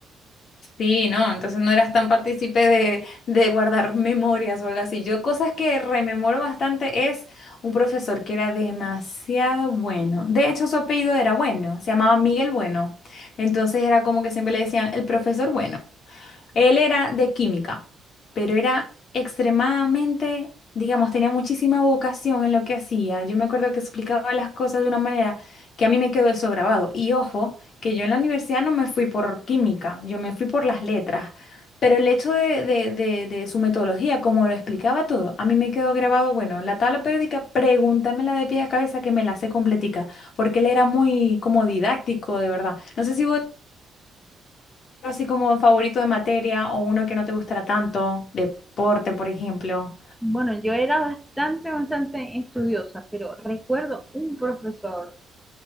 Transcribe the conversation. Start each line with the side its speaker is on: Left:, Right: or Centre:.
Left: Sí, no, entonces no eras tan partícipe de, de guardar <laughs> memorias o algo así. Yo cosas que rememoro bastante es un profesor que era demasiado bueno. De hecho, su apellido era Bueno, se llamaba Miguel Bueno. Entonces era como que siempre le decían el profesor Bueno. Él era de química, pero era extremadamente, digamos, tenía muchísima vocación en lo que hacía. Yo me acuerdo que explicaba las cosas de una manera que a mí me quedó eso grabado. Y ojo, que yo en la universidad no me fui por química, yo me fui por las letras. Pero el hecho de, de- de- de su metodología, como lo explicaba todo, a mí me quedó grabado, bueno, la tabla periódica, pregúntamela de pies a cabeza que me la sé completica, porque él era muy como didáctico, de verdad. No sé si vos así como favorito de materia o uno que no te gustara tanto, deporte, por ejemplo.
Centre: Bueno, yo era bastante, bastante estudiosa, pero recuerdo un profesor